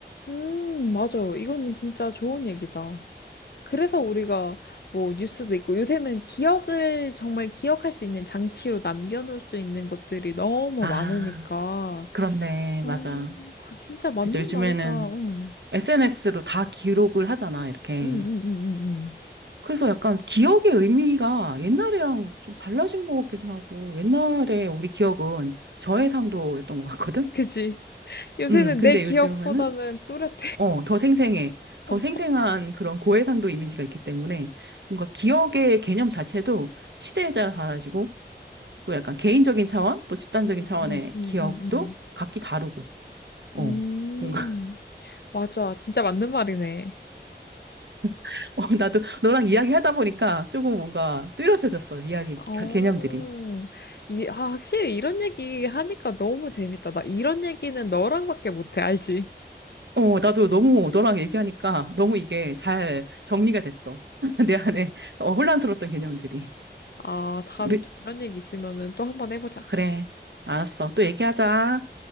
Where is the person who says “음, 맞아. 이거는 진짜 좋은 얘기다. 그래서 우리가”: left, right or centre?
Left